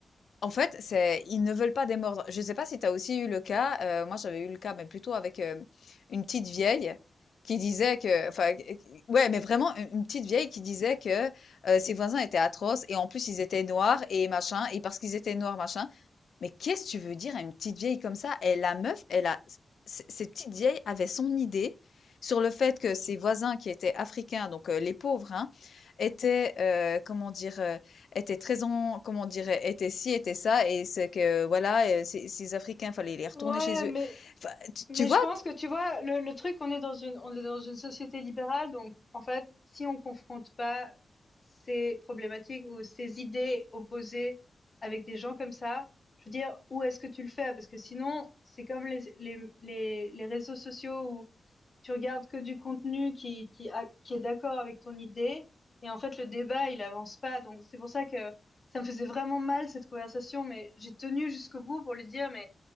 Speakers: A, on the left; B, on the left.
A: En fait, c'est ils ne veulent pas démordre. Je sais pas si tu as aussi eu le cas, heu, moi j'avais eu le cas, mais plutôt avec, hem, une petite vieille qui disait que enfin, q q ouais, mais vraiment u une petite vieille qui disait que, heu, ses voisins étaient atroces et en plus ils étaient noirs et machin et parce qu'ils étaient noirs, machin, mais qu'est-ce que tu veux dire à une petite vieille comme ça? Et la meuf, elle a, c- cette petite vieille avait son idée sur le fait que ses voisins qui étaient africains, donc euh, les pauvres, hein, étaient, euh, comment dire, euh, étaient très en, comment dire, euh, étaient ci, étaient ça, et c'est que, voilà, euh, ces, ces Africains, fallait les retourner
B: Ouais,
A: chez eux.
B: mais
A: Enfin, tu,
B: Mais
A: tu vois?
B: je pense
A: t-
B: que tu vois, le, le truc, on est dans une, on est dans une société libérale, donc en fait, si on confronte pas ces problématiques ou ces idées opposées avec des gens comme ça, je veux dire, où est-ce que tu le fais? Parce que sinon, c'est comme les, les, les, les réseaux sociaux où tu regardes que du contenu qui, qui, a- qui est d'accord avec ton idée. Et en fait, le débat, il avance pas. Donc, c'est pour ça que ça me faisait vraiment mal, cette conversation. Mais j'ai tenu jusqu'au bout pour lui dire, mais